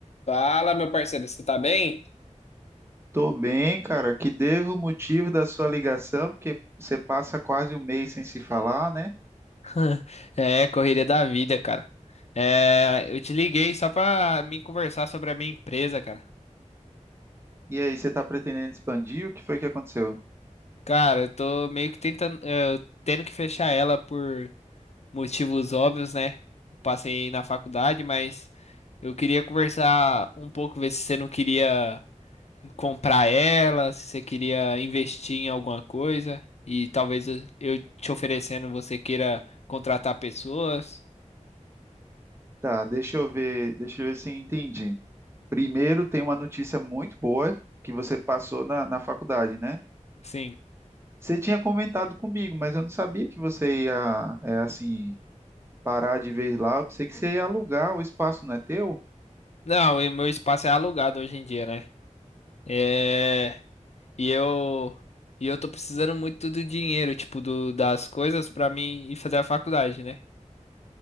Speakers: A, on the left; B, on the right.
A: Fala, meu parceiro, você tá bem?
B: Tô bem, cara. Que devo o motivo da sua ligação, porque você passa quase um mês sem se falar, né?
A: <laughs> É, correria da vida, cara. É, eu te liguei só pra me conversar sobre a minha empresa, cara.
B: E aí, você tá pretendendo expandir? O que foi que aconteceu?
A: Cara, eu tô meio que tentando, é, eu tendo que fechar ela por motivos óbvios, né? Passei na faculdade, mas eu queria conversar um pouco, ver se você não queria comprar ela, se você queria investir em alguma coisa e talvez eu eu te oferecendo, você queira contratar pessoas.
B: Tá, deixa eu ver, deixa eu ver se eu entendi. Primeiro, tem uma notícia muito boa que você passou na, na faculdade, né?
A: Sim.
B: Você tinha comentado comigo, mas eu não sabia que você ia, é, assim, parar de vez lá. Eu pensei que você ia alugar, o espaço não é teu?
A: Não, e meu espaço é alugado hoje em dia, né? É, e eu e eu tô precisando muito do dinheiro, tipo, do, das coisas pra mim ir fazer a faculdade, né?